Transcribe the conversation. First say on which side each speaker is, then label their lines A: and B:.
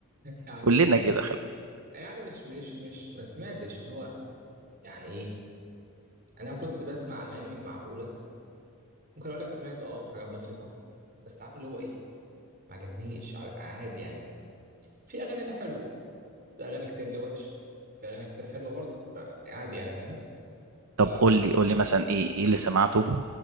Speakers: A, on the right; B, on the right.
A: يعني
B: كلنا كده خلي بالك
A: يعني مش مش مش ما سمعتش اللي هو يعني إيه؟ أنا كنت بسمع أغاني معقولة ممكن اقول لك سمعت اه حاجات بسيطه بس عارف اللي هو ايه ما عجبنيش عار- عادي يعني في اغاني اللي حلوه في اغاني كتير اللي وحش في اغاني كتير حلوه برضه عادي يعني فاهم
B: طب
A: ف
B: قول لي قول لي مثلا ايه ايه اللي سمعته